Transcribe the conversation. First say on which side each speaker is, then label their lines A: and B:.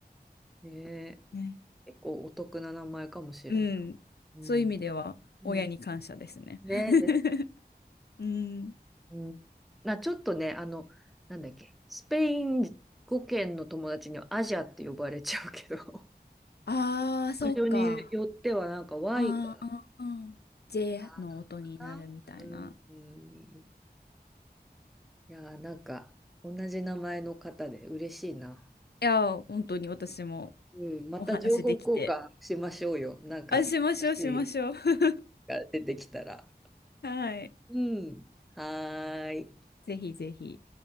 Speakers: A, in the centre; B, on the left.
A: にねえ。
B: ね。
A: 結構お得な名前かもしれない。
B: うん。
A: うん。
B: そういう意味では、親に感謝ですね。
A: うん。ねえです
B: <laughs> うん。
A: うん、な、ちょっとね、あの、なんだっけ、スペイン語圏の友達にはアジアって呼ばれちゃうけど、
B: ああ、
A: <laughs>
B: そっか。
A: 場所によってはなんか Y
B: ああ、
A: が
B: うん、うん。J
A: あーなのかな。
B: の音になるみたいな。
A: うん。いやー、なんか同じ名前の方で嬉しいな。
B: いや、本当に私も
A: うん、また情報交換しましょうよ。
B: お話できて。
A: なんか、
B: あ、しましょう、
A: 新しい
B: しましょう。<laughs>
A: が出てきたら。
B: はい。
A: うん。はーい。
B: ぜひぜひ。